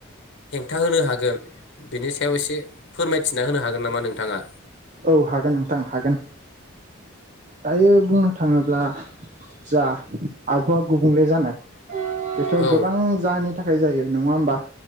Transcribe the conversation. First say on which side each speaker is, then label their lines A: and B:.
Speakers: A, on the left; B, on the right.
A: हेंथा होनो हागोन बिनि सायाव एसे फोरमायथिना होनो हागोन नामा नोंथाङा
B: औ हागोन नोंथां हागोन दायो बुंनो थांङोब्ला जा आबहावा गुबुंले जानो बेफोर
A: औ
B: गोबां जाहोनानि थाखाय जायो नंङा होमबा